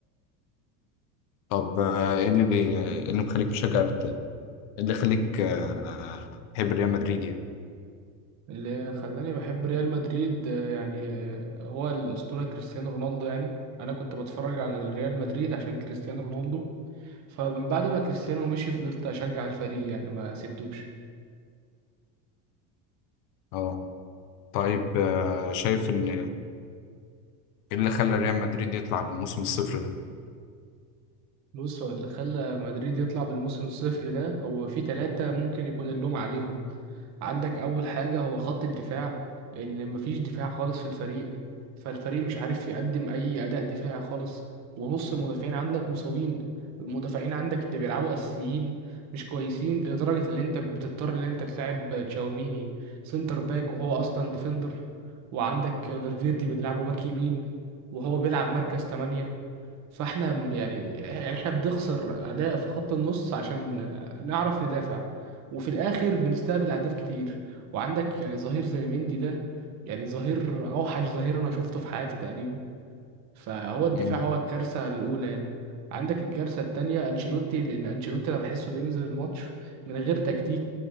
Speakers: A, on the left; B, on the right.
A: طب آه، ايه اللي بي... إيه اللي مخليك تشجع الت- إيه اللي يخليك آه، تحب ريال مدريد يعني
B: اللي خلاني بحب ريال مدريد آه، يعني آه، هو الأسطورة كريستيانو رونالدو يعني انا كنت بتفرج على ريال مدريد عشان كريستيانو رونالدو فمن بعد ما كريستيانو مشي فضلت اشجع الفريق يعني ما سبتوش
A: اه طيب آه، شايف ان ايه اللي خلى ريال مدريد يطلع بالموسم الصفر ده
B: بص هو اللي خلى مدريد يطلع بالموسم الصفر ده هو في ثلاثة ممكن يكون اللوم عليهم عندك أول حاجة هو خط الدفاع لأن مفيش دفاع خالص في الفريق فالفريق مش عارف يقدم أي أداء دفاعي خالص ونص المدافعين عندك مصابين المدافعين عندك اللي بيلعبوا أساسيين مش كويسين لدرجة اللي أنت بتضطر اللي أنت تلعب تشاوميني سنتر باك وهو أصلا ديفندر وعندك فالفيردي بنلعبه باك يمين وهو بيلعب مركز 8 فاحنا ب- يعني يعني احنا بنخسر اداء في خط النص عشان نعرف ندافع وفي الاخر بنستقبل اهداف كتير وعندك يعني ظهير زي مندي ده يعني ظهير اوحش ظهير انا شفته في حياتي تقريبا فهو الدفاع
A: مم.
B: هو الكارثه الاولى يعني عندك الكارثه التانية انشيلوتي لان انشيلوتي انا بحسه بينزل الماتش من غير تكتيك